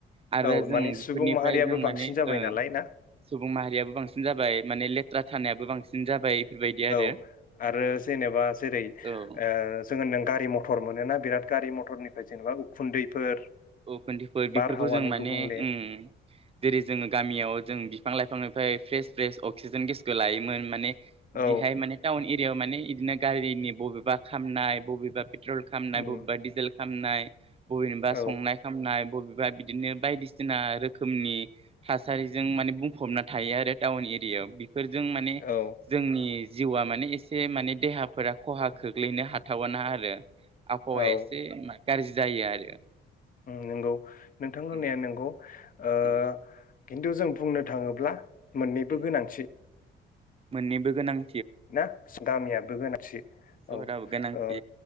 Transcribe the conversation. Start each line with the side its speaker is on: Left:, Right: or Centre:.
Right: आरो
Left: औ
Right: जों
Left: माने
Right: बेफोरनिफ्राय
Left: सुबुं माहारियाबो
Right: जों
Left: बांसिन
Right: माने
Left: जाबाय
Right: ओ
Left: नालाय ना
Right: सुबुं माहारियाबो बांसिन बांसिन जाबाय माने लेथ्रा थानायाबो बांसिन जाबाय। बेफोरबायदि आरो
Left: औ आरो जेनेबा जेरै
Right: औ
Left: ओ जों होनदों गारि मथर मोनोना बिराद गारि मथरनिफ्राय जेनेबा उखुन्दैफोर
Right: उखुनदैफोर बेफोरखौ
Left: बारहावानि
Right: जों माने
Left: गुबुंले
Right: ओम जेरै जोङो गामियाव जों बिफां लाइफांनिफ्राय फ्रेस फ्रेस अक्सिजेन गेसखौ लायोमोन माने
Left: औ
Right: बिहाय माने टाउन एरियायाव माने इदिनो गारिनि बबेबा खामनाय बबेबा पेट्रल खालामनाय
Left: उम
Right: बबेबा दिजेल खामनाय <unintelligible>
Left: औ
Right: खामनाय बबेबा बिदिनो बायदिसिना रोखोमनि थासारिजों माने बुंफबना थायो आरो टाउन एरियायाव। बेफोरजों माने
Left: औ
Right: जोंनि जिउआ माने एसे माने देहाफोरा खहा खोख्लैनो हाथावाना आरो। आबहावाया
Left: औ
Right: एसे गाज्रि जायो आरो
Left: नंगौ नोंथां होननाया
Right: उम
Left: नोंगौ। ओ
Right: उम
Left: खिन्थु जों बुंनो थाङोब्ला मोननैबो
Right: उम
Left: गोनांथि
Right: मोननैबो गोनां
Left: ना गामियाबो गोनांथि
Right: सहराबो
Left: औ ओ।
Right: गोनांथि